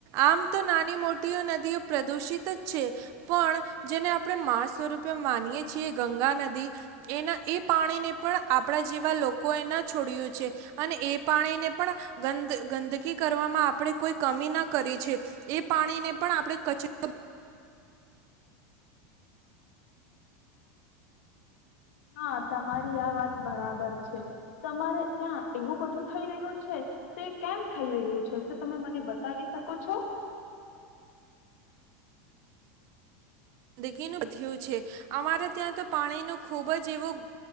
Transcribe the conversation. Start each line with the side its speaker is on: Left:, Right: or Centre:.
Right: આમ તો નાની મોટીઓ નદીઓ પ્રદુષિત જ છે પણ જેને આપણે માં સ્વરૂપે માનીએ છીએ ગંગા નદી એના એ પાણીને પણ આપણા જેવા લોકો એ ના છોડ્યું છે અને એ પાણીને પણ ગંદ ગંદકી કરવામાં આપણે કોઈ કમી ના કરી છે. એ પાણીને પણ આપણે કચરો
Left: હા તમારી આ વાત બરાબર છે, તમારે ત્યાં એવું બધું થઈ રહ્યું છે તે કેમ થઈ રહ્યું છે તમે મને બતાવી શકો છો?
Right: ગંદગીનું વધ્યું છે અમારે ત્યાં તો પાણીનો ખુબ જ એવો